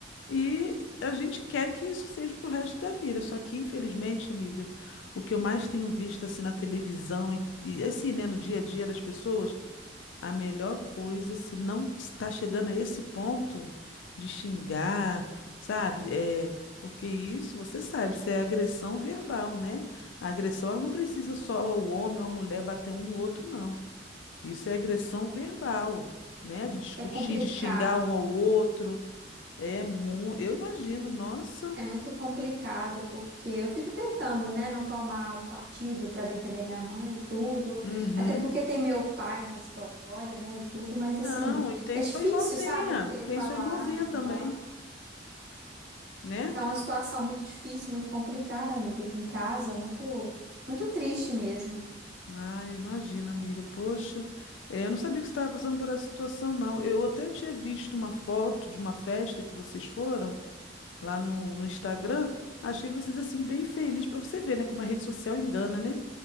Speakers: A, on the left; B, on the right.
A: e a gente quer que isso seja para o resto da vida. Só que, infelizmente, amiga, o que eu mais tenho visto assim na televisão e, e assim, né, no dia a dia das pessoas A melhor coisa, se não está chegando a esse ponto de xingar, sabe? É, porque isso, você sabe, isso é agressão verbal, né? A agressão, ela não precisa só o homem ou a mulher bater um no outro, não. Isso é agressão verbal, né? De discutir,
B: É complicado.
A: de xingar um ao outro. É mu... Eu imagino, nossa.
B: É muito complicado porque eu fico tentando, né, não tomar um partido para defender minha mãe e tudo,
A: Uhum.
B: até porque tem meu pai na história, né, e tudo, mas assim,
A: Não, e tem
B: é difícil,
A: sua irmãzinha,
B: sabe, não querer
A: tem
B: falar,
A: sua irmãzinha
B: minha
A: também,
B: irmã.
A: né?
B: Tá uma situação muito difícil, muito complicada, amiga, aqui em casa, muito muito triste mesmo.
A: Ah, imagina, amiga. Poxa, é, eu não sabia que você estava passando por essa situação, não. Eu até tinha visto uma foto de uma festa que vocês foram lá no, no Instagram. Achei vocês assim bem felizes para você ver, né? Como a rede social engana, né?